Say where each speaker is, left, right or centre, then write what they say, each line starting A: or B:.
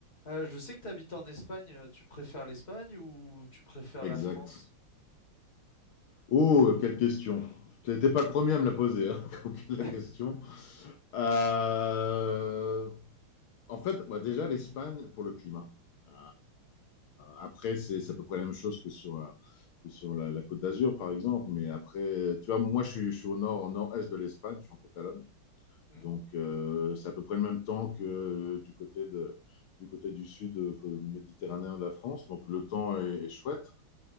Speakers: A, on the left; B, on the left.
A: Euh, je sais que tu habites en Espagne, euh, tu préfères l'Espagne ou tu préfères
B: Exact.
A: la France?
B: Oh, quelle question. Tu n'étais pas le premier à me la poser, hein, <laughs> donc, la
A: <laughs>
B: question. Euh, en fait, bah, déjà, l'Espagne pour le climat. Euh, après, c'est c'est à peu près la même chose que sur, euh, que sur la, la Côte d'Azur, par exemple. Mais après, tu vois, moi, je suis, je suis au nord, au nord-est de l'Espagne, je suis en Catalogne.
A: Hmm.
B: Donc, euh, c'est à peu près le même temps que euh, du côté de, du côté du sud euh, méditerranéen de la France. Donc, le temps est, est chouette.